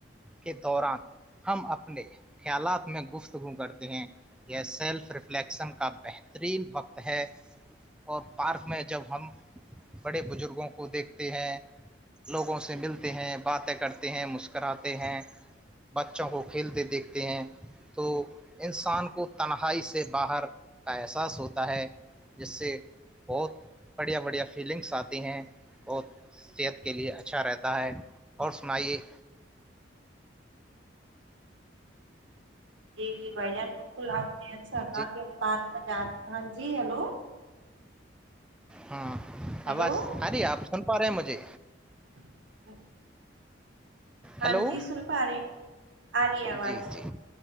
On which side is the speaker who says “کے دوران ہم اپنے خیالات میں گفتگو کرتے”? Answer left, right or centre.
Centre